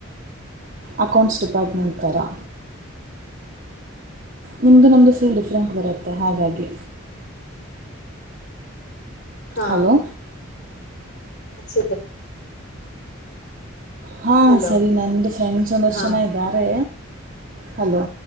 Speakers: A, on the right (about 40°); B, on the left (about 45°).
A: ಅಕೌಂಟ್ಸ್ ಡಿಪಾರ್ಟ್ಮೆಂಟ್ ರಾ ನಿಮ್ಮದು ನಮ್ಮದು ಪುಲ್ ಡಿಫ್ರೆಂಟ್ ಬರುತ್ತೆ ಹಾಗಾಗಿ
B: ಹಾ
A: ಹಲೋ
B: <unintelligible>
A: ಹಾಂ
B: ಹಲೋ
A: ಸರಿ ನಂದು ಫ್ರೆಂಡ್ಸ್ ಒಂದಷ್ಟು
B: ಹಾ
A: ಜನ ಇದ್ದಾರೆ ಹಲೋ